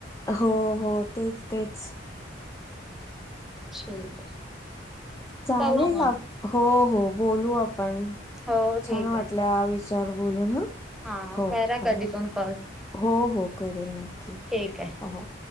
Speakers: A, on the left (about 15°); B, in the centre.
A: हो हो तेच तेच,
B: ठीक आहे
A: चालेल
B: चला मग
A: हो हो बोलू आपण
B: हो ठीक
A: छान
B: आहे.
A: वाटल्या ह विचार बोलून ह
B: हा
A: हो
B: करा
A: हो
B: कधी पण कॉल
A: हो हो करेल नक्की
B: ठीक आहे.
A: हो